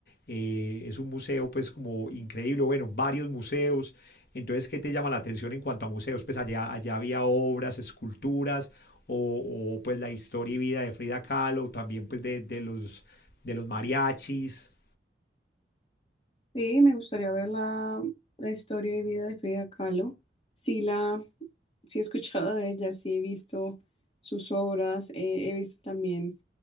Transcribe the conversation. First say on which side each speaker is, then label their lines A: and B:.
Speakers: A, on the left; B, on the left.
A: Eh, es un museo pues como increíble, bueno, varios museos. Entonces, ¿qué te llama la atención en cuanto a museos? Pues allá, allá había obras, esculturas, o, o, pues la historia y vida de Frida Kahlo, también pues de, de, los, de los mariachis.
B: Sí, me gustaría ver la, la historia y vida de Frida Kahlo. Sí la, sí he escuchado de ella, sí he visto sus obras, eh, he visto también